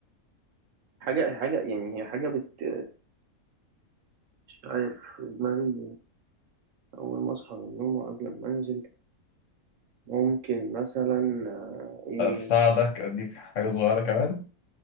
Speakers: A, on the right; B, on the left.
A: حاجة حاجة يعني هي حاجة بت مش عارف في دماغي اول ما اصحى من النوم وقبل ما انزل ممكن مثلا آه، ايه
B: اساعدك اديك حاجه صغيره كمان